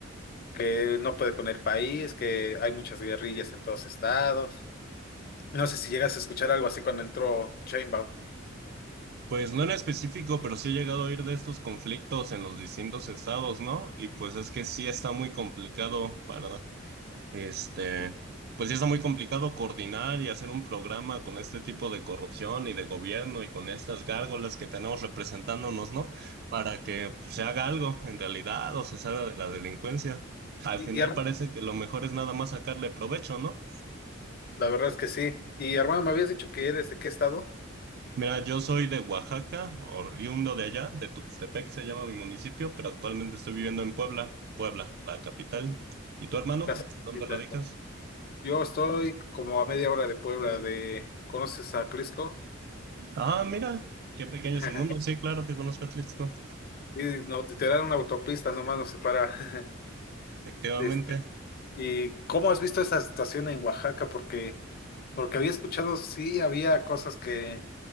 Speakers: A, on the left (about 50°); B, on the right (about 50°).
A: que no puede con el país, que hay muchas guerrillas en todos estados No sé si llegas a escuchar algo así cuando entró Chainbound.
B: Pues no en específico, pero sí he llegado a oír de estos conflictos en los distintos estados, ¿no? Y pues es que sí está muy complicado para, este, pues sí está muy complicado coordinar y hacer un programa con este tipo de corrupción y de gobierno y con estas gárgolas que tenemos representándonos, ¿no? Para que pues, se haga algo en realidad o se salga de la delincuencia. Al
A: Y,
B: final
A: y hermano,
B: parece que lo mejor es nada más sacarle provecho, ¿no?
A: la verdad es que sí. Y hermano, me habías dicho que eres de qué estado?
B: Mira, yo soy de Oaxaca, oriundo de allá, de Tuxtepec se llama mi municipio, pero actualmente estoy viviendo en Puebla, Puebla, la capital. ¿Y tu hermano?
A: Casita.
B: ¿Dónde radicas?
A: Yo estoy como a media hora de Puebla, de ¿conoces a Crisco?
B: Ah, mira, qué pequeño
A: <laughs>
B: es el mundo. Sí, claro que conozco a Atlixco,
A: Y no, te dan una autopista, nomás nos separa. <laughs>
B: efectivamente.
A: Este, ¿Y cómo has visto esa situación en Oaxaca? Porque, porque había escuchado, sí, había cosas que,